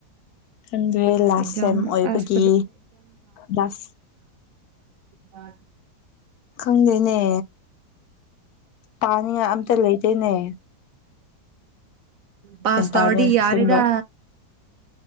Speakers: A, on the left; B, on the right.
A: ꯈꯪꯗꯦ ꯂꯥꯁ
B: ꯑꯦꯛꯖꯥꯝ
A: ꯇꯥꯏꯝ ꯑꯣꯏꯕꯒꯤ
B: ꯑꯁ
A: ꯂꯥꯁ
B: ꯑ
A: ꯈꯪꯗꯦꯅꯦ ꯈꯪꯗꯦꯅꯦ ꯄꯥꯅꯤꯉ ꯑꯝꯇ ꯂꯩꯇꯦꯅꯦ
B: ꯄꯥꯁ
A: ꯒ꯭ꯌꯥꯟ
B: ꯇꯧꯔꯗꯤ
A: ꯇꯥꯗꯦ
B: ꯌꯥꯔꯦꯗ
A: ꯑꯁꯦꯡꯕ